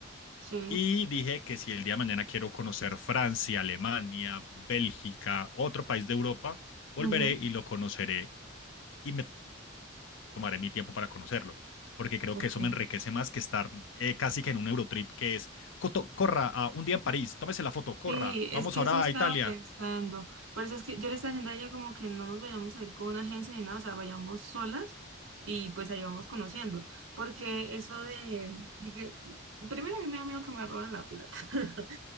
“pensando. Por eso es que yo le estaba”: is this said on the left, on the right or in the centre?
Right